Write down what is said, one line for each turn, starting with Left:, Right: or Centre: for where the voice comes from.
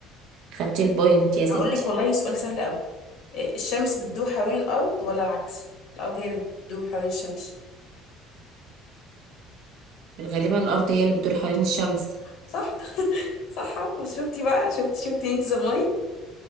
Right: خدتي البوينت يا ستي
Left: هقول لك والله سؤال سهل قوي الشمس بتدور حوالين الارض ولا العكس الارض هي اللي بتدور حوالين الشمس
Right: غالبا الأرض هي اللي بتدور حوالين الشمس
Left: صح <laughs> صح اهو بس شفتي بقى شفتي شفتي انت زماني